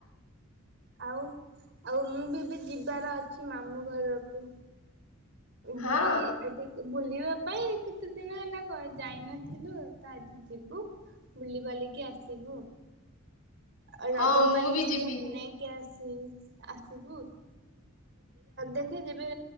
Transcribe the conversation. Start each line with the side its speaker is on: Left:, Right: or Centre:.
Right: ଆଉ ଆଉ ମୁଁ ବି ଏବେ ଯିବାର ଅଛି ମାମୁଁ ଘରକୁ
Left: ହଁ
Right: ଯିବି ଏଠିକି ବୁଲିବା ପାଇଁ କେତେ ଦିନ ହେଲା ଯାଇନଥିଲୁ ତ ଆଜି ଯିବୁ ବୁଲିିବାଲିକି ଆସିବୁ। ଆଉ ରଜ
Left: ହଁ ମୁଁ
Right: ପାଇଁ
Left: ବି ଯିବି
Right: ସବୁ ନେଇକି ଆସ ଆସିବୁ ଦେଖେ ଯେବେ